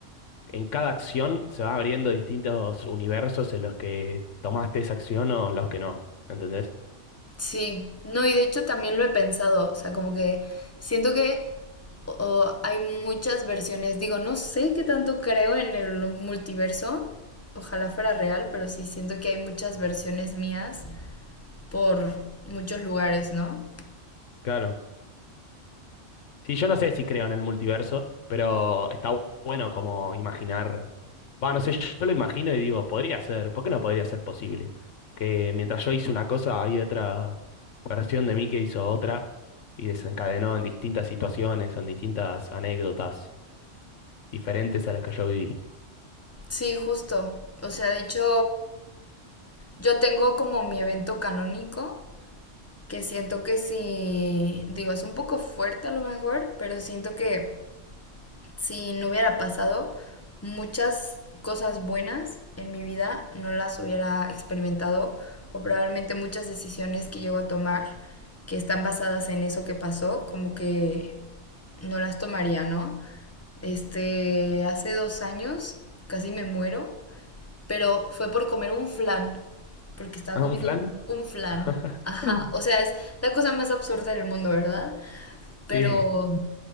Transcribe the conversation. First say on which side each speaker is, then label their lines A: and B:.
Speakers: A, on the left; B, on the left.
A: en cada acción se va abriendo distintos universos en los que tomaste esa acción o en los que no, ¿entendés?
B: Sí, no, y de hecho también lo he pensado, o sea, como que siento que o- hay muchas versiones, digo, no sé qué tanto creo en el multiverso, ojalá fuera real, pero sí siento que hay muchas versiones mías por muchos lugares, ¿no?
A: Claro. Sí, yo no sé si creo en el multiverso, pero está bu- bueno como imaginar. Va, no sé, yo lo imagino y digo, podría ser, ¿por qué no podría ser posible? Que mientras yo hice una cosa, hay otra versión de mí que hizo otra y desencadenó en distintas situaciones, o en distintas anécdotas diferentes a las que yo viví.
B: Sí, justo, o sea, de hecho, yo tengo como mi evento canónico, que siento que sí, digo, es un poco fuerte a lo mejor, pero siento que si no hubiera pasado, muchas cosas buenas en mi vida no las hubiera experimentado o probablemente muchas decisiones que llego a tomar que están basadas en eso que pasó, como que no las tomaría, ¿no? Este, hace dos años casi me muero, pero fue por comer un flan, porque
A: <laughs>
B: estaba
A: ¿Ah,
B: comiendo
A: un flan?
B: un, un flan.
A: <laughs>
B: Ajá, o sea, es la cosa más absurda del mundo, ¿verdad? Pero,
A: Sí,